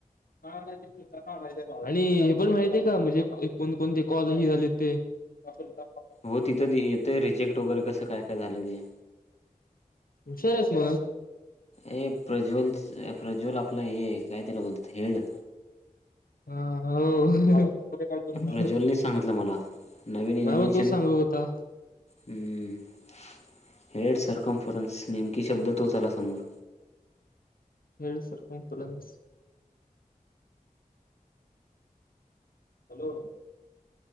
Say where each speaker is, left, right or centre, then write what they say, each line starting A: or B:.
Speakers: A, on the left; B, on the left.
A: आणि हे पण माहित आहे का म्हणजे कोणकोणते कॉल हे झाले ते. <unintelligible>
B: हो तिथं ते येतय रिजेक्ट वगैरे कसं काय काय झालंय ते.
A: हुशारयस म
B: ए प्रज्वल प्रज्वल आपलं हे हाय काय त्याला बोलतात हेड.
A: हा हा हो मला
B: प्रज्वलनी सांगितलं मला नवीन इनवेनशन
A: मग तोच सांगत होता
B: ह हेड सर्कम नेमकी शब्द तोच आला समोर.
A: हेडसरकमफलन्स हॅलो